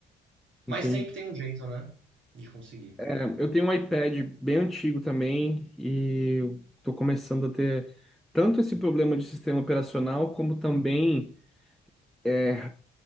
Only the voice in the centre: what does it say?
Entendi.
É, eu tenho um iPad bem antigo também e estou começando a ter tanto esse problema de sistema operacional como também é,